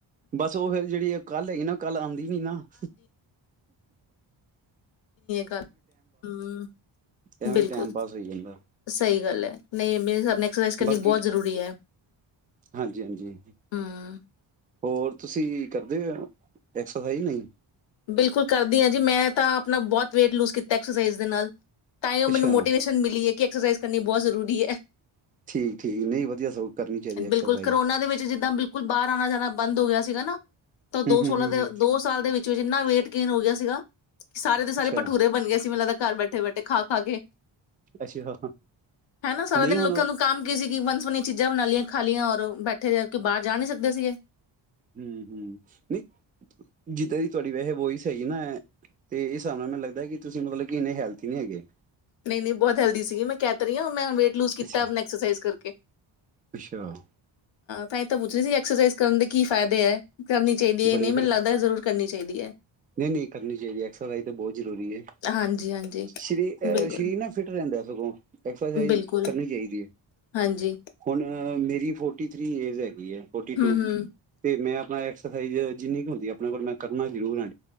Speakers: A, on the right; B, on the left.
A: ਬਸ ਉਹ ਫੇਿਰ ਜਿਹੜੀ ਕੱਲ ਹੈਗੀ ਨਾ ਕੱਲ ਆਉਂਦੀ ਨੀ ਨਾ ਹ
B: ਗੱਲ ਹ
A: ਐਵੇਂ
B: ਬਿਲਕੁਲ
A: ਟਾਈਮ ਪਾਸ ਹੋਈ ਜਾਂਦਾ
B: ਸਹੀ ਗੱਲ ਹੈ ਨਹੀਂ ਮੇਰੇ ਹਿਸਾਬ ਨਾਲ ਐਕਸਰਸਾਈਜ਼ ਕਰਨੀ
A: ਬਾਕੀ
B: ਬਹੁਤ ਜ਼ਰੂਰੀ ਹੈ
A: ਹਾਂਜੀ ਹਾਂਜੀ
B: ਹੂੰ
A: ਹੋਰ ਤੁਸੀਂ ਕਰਦੇ ਹੋ ਐਕਸਰਸਾਈਜ਼ ਨਹੀਂ
B: ਬਿਲਕੁਲ ਕਰਦੀ ਹਾਂ ਜੀ ਮੈਂ ਤਾਂ ਆਪਣਾ ਬਹੁਤ ਵੇਟ ਲੂਜ ਕੀਤਾ ਐਕਸਰਸਾਈਜ਼ ਦੇ ਨਾਲ ਤਾਂ ਉਹ
A: ਅੱਛਾ
B: ਮੈਨੂੰ ਮੋਟੀਵੇਸ਼ਨ ਮਲੀ ਹੈ ਕਿ ਐਕਸਾਈਜ਼ ਕਰਨੀ ਬਹੁਤ ਜ਼ੂਰੀ ਜ਼ਰੂਰੀ ਹੈ
A: ਠੀਕ ਠੀਕ ਨਹੀਂ ਵਧੀਆ ਸਗੋਂ ਕਰਨੀ ਚਾਹੀਦੀ ਐਕਸਰਸਾਈਜ਼
B: ਬਿਲਕੁਲ ਕਰੋਨਾ ਦੇ ਵਿੱਚ ਜਿੱਦਾਂ ਬਿਲਕੁਲ ਬਾਹਰ ਆਉਣਾ ਜਾਣਾ ਬੰਦ ਹੋ ਗਿਆ ਹੈ ਨਾ ਤਾਂ
A: ਹੂੰ
B: ਦੋ
A: ਹੂੰ
B: ਸੋਲਾਂ
A: ਹੂੰ
B: ਦੇ
A: ਹੂੰ
B: ਦੋ ਸਾਲ ਦੇ ਵਿੱਚ ਐਨਾ ਵੇਟ ਗੇਨ ਹੋ ਗਿਆ ਸੀਗਾ ਸਾਰੇ ਦੇ ਸਾਰੇ
A: ਅੱਛਾ
B: ਭਠੂਰੇ ਬਣ ਗਏ ਸੀ ਮੈਨੂੰ ਲੱਗਦਾ ਘਰ ਬੈਠੇ ਬੈਠੇ ਖਾ ਖਾ ਕੇ
A: ਅੱਛਾ
B: ਹਨਾ ਸਾਰਾ
A: ਨਹੀਂ
B: ਦਿਨ
A: ਹੁਣ
B: ਲੋਕ ਉਹਨ ਨੂੰ ਕੰਮ ਕੀ ਸੀ ਕਿ ਵਨ ਸੁ ਵਨੀ ਚੀਜ਼ਾਂ ਬਣਾ ਲਈੀਆਂ ਖਾ ਲਈੀਆਂ ਔਰ ਬੈਠੇ ਬਾਹਰ ਜਾ ਨਹੀਂੀ ਸਕਦੇ ਸੀਗੇ
A: ਹਮ ਹਮ ਨਹੀਂ ਜਿੱਦਾਂ ਦੀ ਤੁਹਾਡੀ ਵੈਸੇ ਵੋਹੀ ਸਹੀ ਨਾ ਤੇ ਇਸ ਹਿਸਾਬ ਨਾਲ ਮੈਨੂੰ ਲੱਗਦਾ ਕਿ ਤੁਸੀਂ ਮਤਲਬ ਕਿ ਇੰਨੇ ਹੈਲਥੀ ਨਹੀਂੀ ਹੈਗੇ
B: ਨਹੀਂ ਨਹੀਂ ਬਹੁਤ ਹੈਲਦੀ ਸੀਗੀ ਮੈਂ ਕਹਿ ਰਹੀ ਹ ਮੈਂ ਵੇਟ ਲੂਜ ਕੀਤਾ
A: ਅੱਛਾ
B: ਐਸ ਕਰਕੇ
A: ਅੱਛਾ
B: ਤਾਂ ਤਾਂ ਪੁੱਛਣੀ ਸੀ ਐਕਸਰਸਾਈਜ਼ ਕਰਨ ਦੇ ਕੀ ਫਾਇਦੇ ਹੈ ਕਰਨੀ ਚਾਹੀਦੀ ਹੈ
A: ਬੜੇ
B: ਨਹੀਂ ਮੈਨੂੰ ਲੱਗਦਾ ਜ਼ਰੂਰ ਕਰਨੀ ਚਾਹੀਦੀ ਹੈ
A: ਨਹੀਂ-ਨਹੀਂ ਕਰਨੀ ਚਾਹੀਦੀ ਐਕਸਰਸਾਈਜ਼ ਤਾਂ ਬਹੁਤ ਜ਼ਰੂਰੀ ਹੈ।
B: ਹਾਂਜੀ ਹਾਂਜੀ
A: ਸਰੀ ਸਰੀਰ
B: ਬਿਲਕੁਲ
A: ਨਾ ਫਿੱਟ ਰਹਿੰਦਾ ਸਗੋ ਐਕਸਰਸਾਈਜ਼
B: ਬਿਲਕੁਲ
A: ਕਰਨੀ ਚਾਹੀਦੀ ਹੈ
B: ਹਾਂਜੀ
A: ਹੁਣ ਮੇਰੀ ਫੋਰਟੀ ਥ੍ਰਰੀ ਏਜ ਹੈ ਫਟੀ
B: ਹੂੰ
A: ਟੂ
B: ਹੂੰ
A: ਤੇ ਮੈਂ ਹ ਖਾਈ ਜਾ ਜਿੰਨੀ ਕੁ ਹੁੰਦੀ ਆਪਣੇ ਕੋਲ ਮੈਂ ਕਰਨਾ ਜ਼ਰੂਰ ਹੈ।